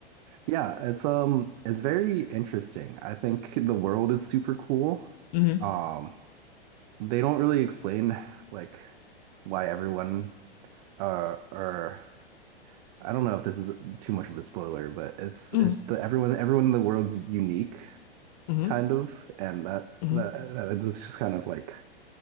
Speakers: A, on the right; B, on the left.
A: yeah, it's um it's very interesting. I think the world is super cool.
B: Mm-hmm.
A: Um, they don't really explain like why everyone uh or I don't know if this is too much of a spoiler, but it's
B: Mm-hmm.
A: it's the everyone everyone in the world's unique
B: Mm-hmm.
A: kind of and that
B: Mm-hmm.
A: that, that it's just kind of like